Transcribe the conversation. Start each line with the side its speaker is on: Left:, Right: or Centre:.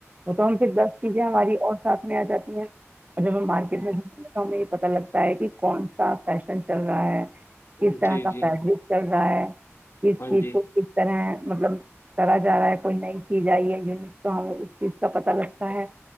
Right: وہ تو ہم پھر دس چیزیں ہماری اور ساتھ میں آ جاتی ہیں اور جب ہم مارکیٹ
Left: ہاں جی
Right: میں جے ہمیں یہ پتتا لگتا ہے کہ کون سا فیشن چل رہا ہے
Left: جی
Right: کس طرح کا
Left: جی
Right: ف چل رہا ہے کس
Left: ہاں
Right: چیز
Left: جی
Right: کو کس طرح مطلب کرا جا رہا ہے کوئی نئی چیز آئی ہے یونک تو ہمیں اس چیز کا پت لگتا ہے